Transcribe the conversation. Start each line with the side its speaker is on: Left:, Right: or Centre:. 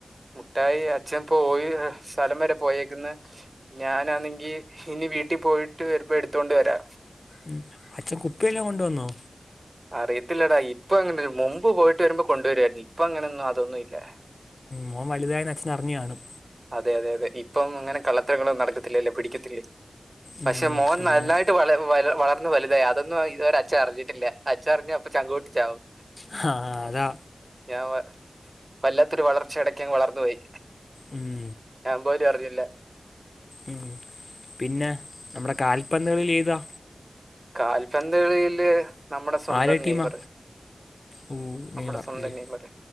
Right: മുട്ടായി അച്ഛൻ പോയി ഇപ്പോ സ്ഥലം വരെ പോയേക്കന്ന് ഞാനാണെങ്കിൽ ഇനി വീട്ടിൽ പോയിട്ട് വരുമ്പോൾ എടുത്തോണ്ട് വരാ
Left: ഉം അച്ഛൻ കുപ്പിയെല്ലാം കൊണ്ടുവന്നോ
Right: അറിയത്തില്ലേടാ ഇപ്പ അങ്ങനെ മുമ്പ് പോയിട്ട് വരുമ്പോൾ കൊണ്ടുവരുരുന്നു ഇപ്പൊ അങ്ങനെന്നും അതൊന്നുമല്ലേ
Left: മോൻ വലുതായി അച്ഛൻ അറിഞ്ഞ കാണും
Right: അതെ അതെ അതെ ഇപ്പോ അങ്ങനെ കള്ളത്തരങ്ങളും നടക്കത്തില്ല അല്ലേ പിടിക്കത്തില്ലേ
Left: ഉം,
Right: പക്ഷെ മോൻ
Left: പിന്നെ
Right: നന്നായിട്ട് വളർന്നു വലുതായി അതൊന്നുംഇതുവരെ അച്ഛൻ അറിഞ്ഞിട്ടില്ല അച്ഛൻ അറിഞ്ഞാൽ അപ്പോ ചങ്ക് പൊട്ടി ചാവും
Left: ആഹ അതാ
Right: ഞാൻ വല്ലാത്തൊരു വളർച്ച ഇടക്കങ്ങ് വളർന്നു പോയി
Left: ഉം
Right: ഞാൻ പോലും അറിഞ്ഞില്ല
Left: ഉം പിന്നെ നമ്മുടെ കാൽപന്തുകളിൽ ഏതാ
Right: കാൽപന്ത് കളിയിൽ നമ്മുടെ സ്വന്തം
Left: ആരെ ടീമാ
Right: നെയ്മറ്
Left: ഓ
Right: നമ്മുടെ
Left: നെയ്മർ
Right: സ്വന്തം
Left: അല്ലയോ
Right: നെയ്മർ